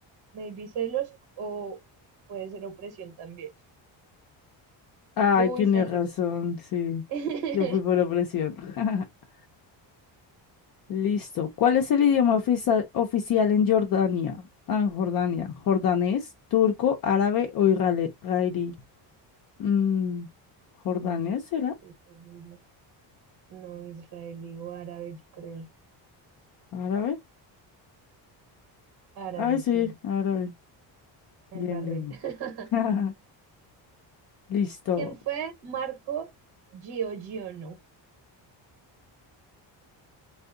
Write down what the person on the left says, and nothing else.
Ay,
tienes
razón, sí.
Yo fui por opresión. <laughs> Listo. ¿Cuál es el idioma ofisa- oficial en Jordania? Ah, en Jordania. ¿Jordanés, turco, árabe o israle- israelí? Mm, ¿jordanés
será?
¿Árabe?
Ay, sí,
árabe.
Bien,
bien.
<laughs> Listo.